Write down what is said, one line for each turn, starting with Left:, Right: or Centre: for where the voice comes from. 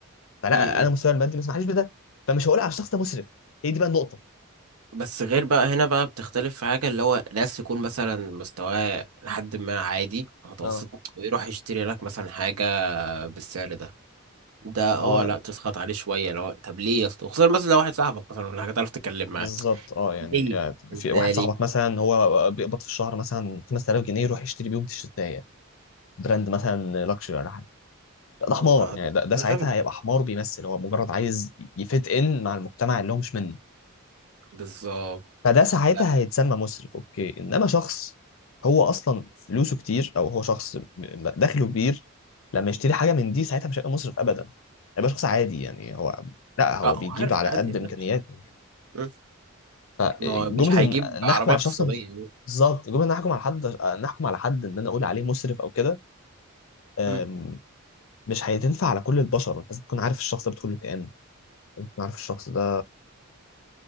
Left: فلا
Right: امم
Left: انا مستواي المادي ما يسمحليش بده فمش هقول على الشخص ده مسرف هي دي بقى النقطه
Right: بس غير بقى هنا بقى بتختلف في حاجة اللي هو ناس يكون مثلا مستواه لحد ما عادي متوسط
Left: اه
Right: ويروح يشتري لك مثلا حاجة بالسعر ده ده
Left: ما
Right: اه
Left: هو
Right: لا تسخط عليه شوية لو طب ليه يا اسطى خصوصا مثلا لو واحد صاحبك مثلا ولا حاجة تعرف تتكلم معاه
Left: بالظبط اه يعني
Right: ليه
Left: يعني
Right: انت
Left: في واحد
Right: ليه
Left: صاحبك مثلا هو بيقبض في الشهر مثلا 5000 جنيه يروح يشتري بيهم تيشيرتايه براند مثلا لكشري ولا حاجه ده
Right: آه،
Left: حمار
Right: ما ده
Left: يعني ده, ده
Right: ده
Left: ساعتها
Right: غبي
Left: هيبقى حمار بيمثل هو مجرد عايز يفيت ان مع المجتمع اللي هو مش منه
Right: بالظبط
Left: فده ساعتها
Right: لا،
Left: هيتسمى مسرف اوكي انما شخص هو اصلا فلوسه كتير او هو شخص م- دخله كبير لما يشتري حاجه من دي ساعتها مش هيبقى مسرف ابدا هيبقى شخص عادي يعني هو لا هو
Right: اه
Left: بيجيب
Right: عارف
Left: على
Right: عادي
Left: قد
Right: ماشي
Left: امكانياته
Right: مم.
Left: فجمله
Right: ما هو مش هيجيب
Left: ان
Right: عربية
Left: نحكم على
Right: اقتصادية
Left: شخص بالظبط جمله ان نحكم على حد نحكم على حد ان انا اقول عليه مسرف او كده أم،
Right: مم.
Left: مش هتنفع على كل البشر انت لازم تكون عارف الشخص ده بتقول له كائن لازم تكون عارف الشخص ده